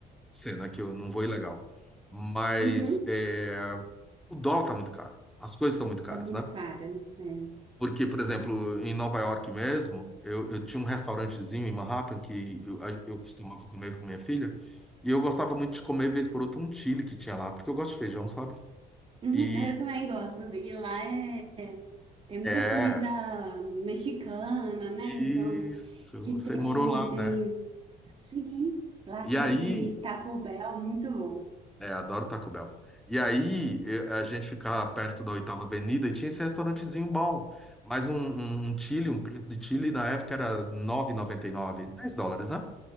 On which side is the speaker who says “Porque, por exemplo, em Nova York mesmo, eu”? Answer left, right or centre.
Centre